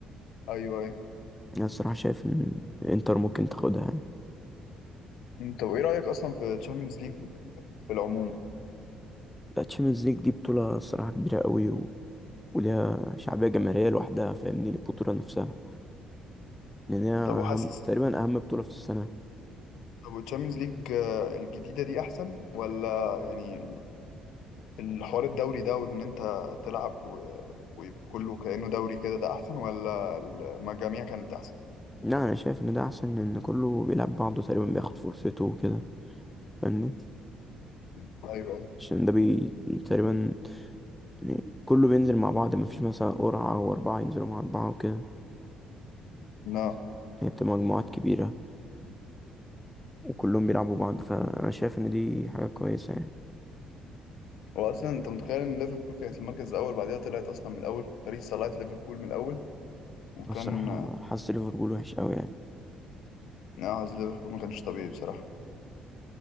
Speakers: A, on the left; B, in the centre.
A: أيوه أيوه
B: انا الصراحة شايف ان انتر ممكن تاخدها يعني
A: انت وإيه رأيك أصلا في تشامبيونز ليج في العموم
B: لا تشامpiونز ليج دي بطولة الصراحة كبيرة قوي و... وليها شعبية جماهيرية لوحدها فاهمني البطولة نفسها لان هي اهم
A: طب وحاسس
B: تقريبا اهم بطولة في السنة
A: طب التشامبيونز ليج الجديدة دي أحسن ولا يعني الحوار الدوري ده وان انت تلعب و... ويبقى كله كأنه دوري كده ده احسن ولا المجاميع كانت احسن
B: لا انا شايف ان ده احسن لان كله بيلعب بعضه تقريبا بياخد فرصته وكده فاهمني
A: ايوه ايوه
B: عشان ده بي تقريبا يعني كله بينزل مع بعض مفيش مثلا قرعة وأربعة ينزلوا مع أربعة وكده
A: لا
B: هي بتبقى مجموعات كبيرة وكلهم بيلعبوا بعض فأنا شايف إن دي حاجة كويسة يعني
A: هو اصلا انت متخيل ان ليفربول كانت المركز الاول بعدها طلعت اصلا من الاول باريس طلعت ليفربول من الاول وكان
B: أنا الصراحة حظ ليفربول وحش أوي يعني
A: نعز ليفربول ما كانش طبيعي بصراحة